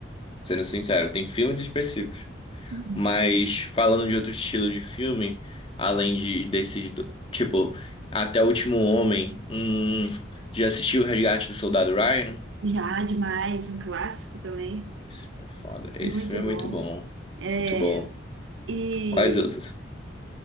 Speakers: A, on the left; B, on the right.
A: sendo sincero, tem filmes específicos.
B: Uhum.
A: Mas falando de outro estilo de filme, além de desses, do- tipo, Até o Último Homem, hum, já assistiu O Resgate do Soldado Ryan?
B: Já, demais, um clássico também.
A: Esse é foda. Esse
B: Muito
A: filme
B: bom.
A: é muito bom.
B: É,
A: Muito bom.
B: e,
A: Quais outros?